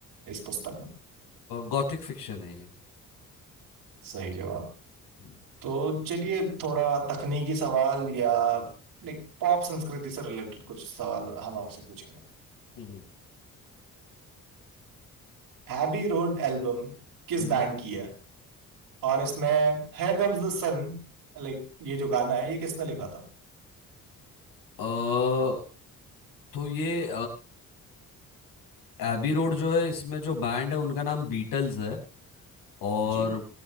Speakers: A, on the right; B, on the left.
A: इस पुस्तक में
B: गॉथिक फिक्शन है ये
A: सही जवाब
B: हम्म।
A: तो चलिए थोड़ा तकनीकी सवाल या लाइक पॉप संस्कृति से रिलेटेड कुछ सवाल हम आपसे पूछेंगे
B: हम्म
A: हैबी रोड एल्बम किस
B: हम्म
A: बैंड की है और इसमें Here Comes the Sun like ये जो गाना है ये किसने लिखा था
B: अ तो ये एबी रोड जो है इसमें जो बैंड है उनका नाम बीटल्स है और
A: जी